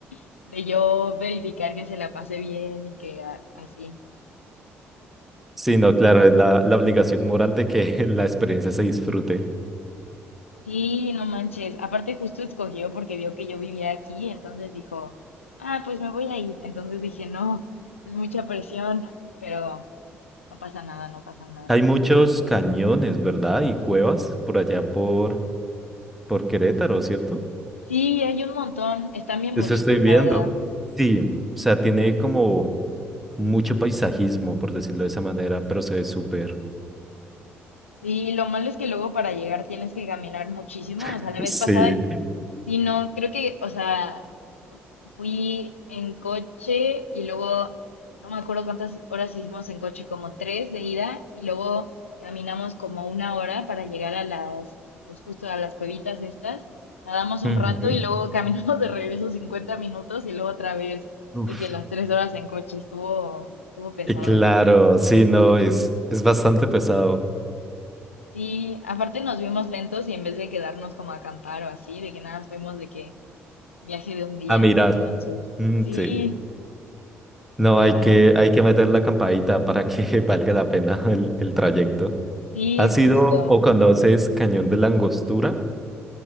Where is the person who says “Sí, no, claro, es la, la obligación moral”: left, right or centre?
Centre